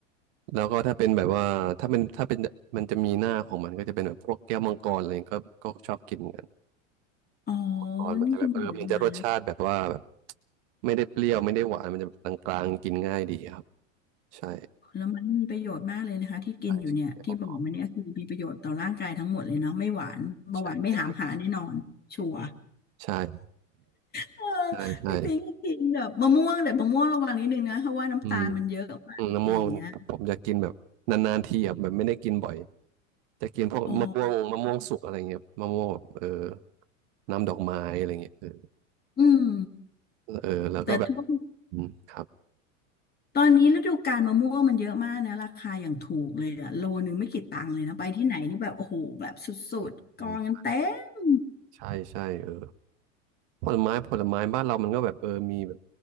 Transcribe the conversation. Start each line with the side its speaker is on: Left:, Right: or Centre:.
Right: แล้วก็ถ้าเป็นแบบว่าถ้าเป็นถ้าเป็นมันจะมีหน้าของมันก็จะเป็นแบบพวกแก้วมังกรอะไรเงี้ยก็ก็ชอบกินเหมือนกัน
Left: อ๋อ
Right: มังกรมันจะแบบเออมันจะรสชาติแบบว่าแบบ
Left: นี่กินผลไม้
Right: ไม่ได้เปรี้ยวไม่ได้หวานมันจะกลางๆกินง่ายดีครับใช่
Left: ผลไม้มีประโยชน์มากเลยนะคะที่กินอยู่เนี่ยที่บอกมาเนี่ยคือมีประโยชน์ต่อร่างกายทั้งหมดเลยเนาะไม่หวานเบาหวานไม่หามหาแน่นอนชัวร์
Right: ใช่แก้วมังกรใช่ไม่แพงกว่าใช่
Left: เออ
Right: ใช่ใช่
Left: พี่ปิงก็กินแบบมะม่วงแต่มะม่วงระวังนิดนึงนะเพราะว่าน้ำตาลมันเยอะมากอะไรอย่างเงี้ย
Right: อืมอืมมะม่วงผมจะกินแบบนานๆทีครับแบบไม่ได้กินบ่อยจะกินพวกมะม่วงมะม่วงสุกอะไรเงี้ยมะม่วงแบบเออ
Left: อ๋อ
Right: น้ำดอกไม้อะไรเงี้ยเออ
Left: อืม
Right: เออแล้วก็แบบ
Left: แต่ทุก
Right: อืมครับ
Left: ตอนนี้ฤดูกาลมะม่วงมันเยอะมากนะราคาอย่างถูกเลยอะโลนึงไม่กี่ตังค์เลยนะไปที่ไหนนี่แบบโอ้โหแบบสุดๆกองกันเต็ม
Right: อืมใช่ใช่เออผลไม้ผลไม้บ้านเรามันก็แบบเออมีแบบ